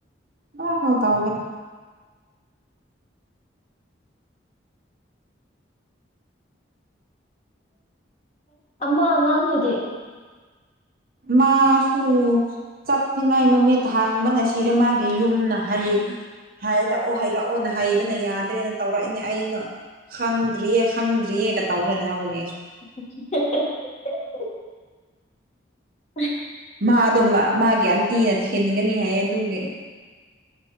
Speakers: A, on the right; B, on the left.
A: ꯑꯣ ꯀꯣꯜ ꯇꯧꯒꯅꯤ
B: ꯑꯃ ꯑꯉꯥꯡꯗꯨꯗꯤ
A: ꯃꯥꯁꯨ ꯆꯠꯅꯤꯡꯉꯥꯏ ꯅꯨꯃꯤꯠ ꯍꯥꯡꯕꯅ ꯁꯤꯔ ꯃꯥꯒꯤ ꯌꯨꯝꯅ ꯍꯥꯏ ꯍꯥꯏꯔꯛꯑꯣ ꯍꯥꯏꯩꯔꯛꯑꯣꯅ ꯍꯩꯕꯅ ꯌꯥꯗ꯭ꯔꯦꯅ ꯇꯧꯔꯛꯏꯅꯦ ꯑꯩꯅ ꯈꯪꯗ꯭ꯔꯤꯌꯦ ꯈꯪꯗ꯭ꯔꯤꯌꯦꯒ ꯇꯧꯔꯅ ꯂꯩꯍꯧꯕꯅꯦ ꯑꯩꯁꯨ
B: <unintelligible> <unintelligible>
A: ꯃꯥꯗꯣ ꯃꯥꯒꯤ ꯑꯟꯇꯤꯅ ꯊꯤꯟꯒꯅꯤ ꯍꯥꯏꯌꯦ ꯑꯗꯨꯒꯤ